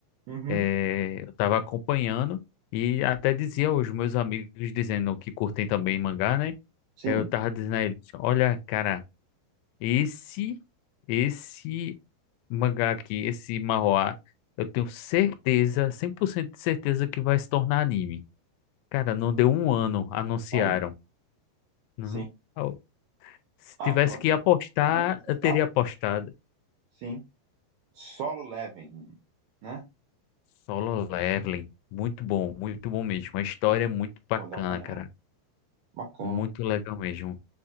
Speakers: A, on the right; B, on the left.
A: uhum.
B: eh, eu tava acompanhando e até dizia aos meus amigos, dizendo que curtem também mangá, né?
A: Sim,
B: Eu tava dizendo a eles, olha, cara, esse. Esse mangá aqui, esse manhwa, eu tenho certeza, 100% de certeza que vai se tornar anime. Cara, não deu um ano, anunciaram.
A: aí,
B: Não-
A: sim.
B: Au. Se
A: Ah,
B: tivesse
A: quando
B: que apostar,
A: é muito bom, eles adaptam,
B: eu teria apostado.
A: sim. Solo Leveling, né?
B: Solo Leveling, muito bom, muito bom mesmo. A história é muito bacana,
A: Vou dar uma olhada.
B: cara.
A: Bacana.
B: Muito legal mesmo.